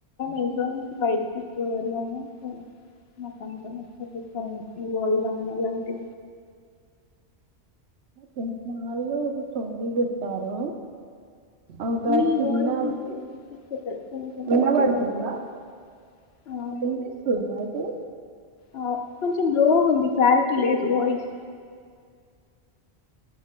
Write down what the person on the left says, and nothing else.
ఇ నలో బయటికికుూ వెళ్ళాము నాకంతాచ్చ ఇవాల్ కానలాంటి
మీ
వాయిస్ వినిపించట్లే కొంచెం
గట్టిగా మాట్లాడు ఆ
ఆ కొంచెం లో ఉంది క్లారిటీ లేదు వాయిస్